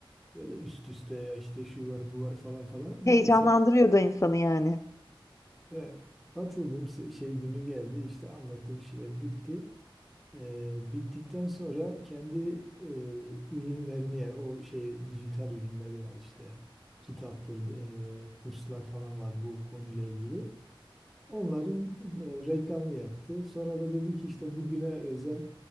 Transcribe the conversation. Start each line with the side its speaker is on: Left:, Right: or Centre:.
Centre: Böyle üst üste ya işte şu var bu var falan falan.
Left: Heyecanlandırıyor
Centre: Neyse.
Left: da insanı yani.
Centre: He. Katıldım Se- şey günü geldi işte anlattı bir şeyler bitti. Ee, bittikten sonra kendi e, ürünlerini yani o şey dijital ürünleri var işte kitaptır, e, kurslar falan var bu konuyla ilgili. Onların e, reklamını yaptı. Sonra da dedi ki işte bugüne özel